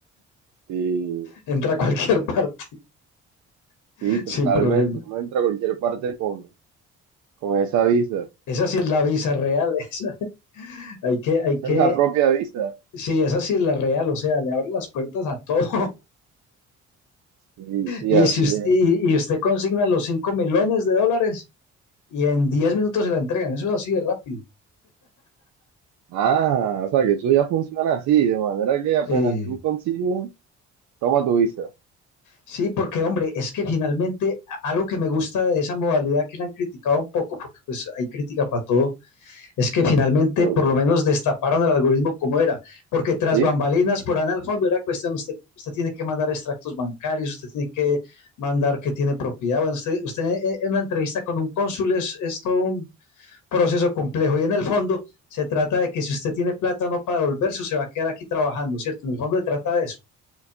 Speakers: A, on the right (about 70°); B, on the left (about 80°).
A: Sí,
B: Entra a cualquier parte <laughs>
A: sí, totalmente.
B: sin problema.
A: Uno entra a cualquier parte con, con esa visa.
B: Esa sí es la visa real. <laughs> Esa. Hay que, hay
A: Esa
B: que,
A: es la propia visa.
B: sí, esa sí es la real. O sea, le abre las puertas a todo.
A: Sí, sí,
B: Y,
A: así
B: si us-
A: es.
B: y, y usted consigna los 5 millones de dólares y en 10 minutos se la entregan. Eso es así de rápido.
A: Ah, o sea que eso ya funciona así, de manera que apenas
B: Eh,
A: tú consignes, toma tu visa.
B: sí, porque hombre, es que finalmente a- algo que me gusta de esa modalidad que la han criticado un poco, porque pues hay crítica para todo, es que finalmente
A: Obvio.
B: por lo menos destaparon el algoritmo como era, porque tras
A: Sí,
B: bambalinas por ahí al fondo era cuestión, usted, usted tiene que mandar extractos bancarios, usted tiene que mandar que tiene propiedad. Bueno, usted, usted eh, en una entrevista con un cónsul es, es todo un proceso complejo. Y en el fondo se trata de que si usted tiene plata no para devolverse, se va a quedar aquí trabajando, ¿cierto? En el fondo se trata de eso.